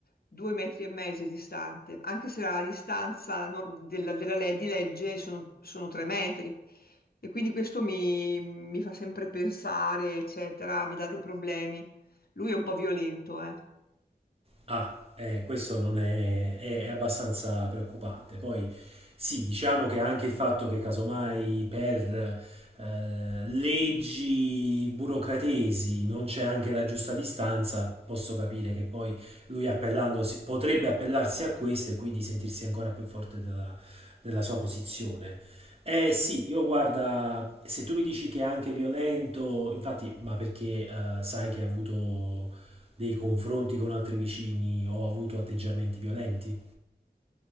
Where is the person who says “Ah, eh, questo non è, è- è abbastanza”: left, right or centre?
Right